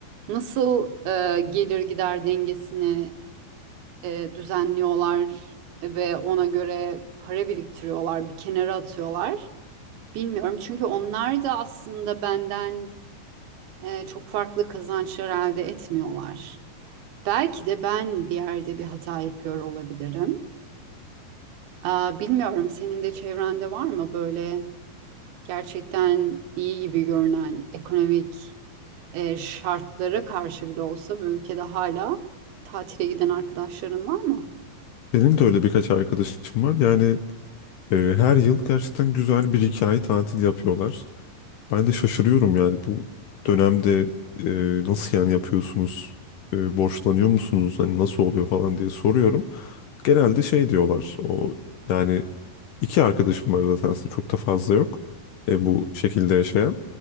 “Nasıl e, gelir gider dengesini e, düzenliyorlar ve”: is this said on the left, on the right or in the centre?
Right